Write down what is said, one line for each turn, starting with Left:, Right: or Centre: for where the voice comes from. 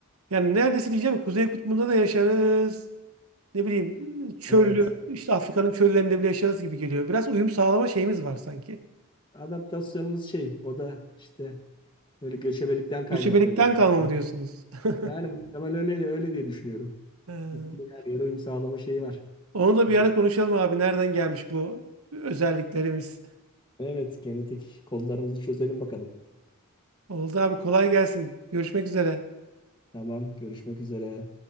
Right: Yani neredeyse diyeceğim ki Kuzey Kutbu'nda da yaşarız. Ne bileyim çöllü
Left: Evet.
Right: işte Afrika'nın çöllerinde bile yaşarız gibi geliyor. Biraz uyum sağlama şeyimiz var sanki.
Left: Adaptasyonumuz şey o da işte böyle göçebelikten kaynaklanıyor
Right: Göçebelikten
Left: herhalde.
Right: kalma mı diyorsunuz? <laughs>
Left: Yani muhtemel öyle öyle diye düşünüyorum.
Right: Ee,
Left: Gittiğin her yere uyum sağlama şeyi var.
Right: Onu da
Left: Bir
Right: bir
Left: şey.
Right: ara konuşalım abi. Nereden gelmiş bu özelliklerimiz?
Left: Evet, genetik kodlarımızı çözelim bakalım.
Right: Oldu abi kolay gelsin. Görüşmek üzere.
Left: Tamam, görüşmek üzere.